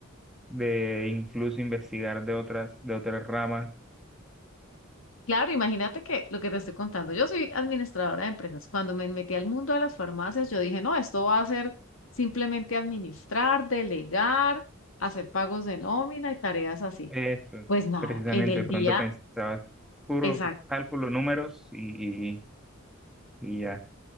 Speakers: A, in the centre; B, on the left.
A: de incluso investigar de otras, de otras ramas
B: Claro, imagínate que lo que te estoy contando, yo soy administradora de empresas. Cuando me metí al mundo de las farmacias, yo dije, no, esto va a ser simplemente administrar, delegar, hacer pagos de nómina y tareas así.
A: Eso,
B: Pues nada,
A: precisamente,
B: en el
A: de pronto
B: día
A: pensaba, puro
B: exacto.
A: cálculo, números y, y, y ya.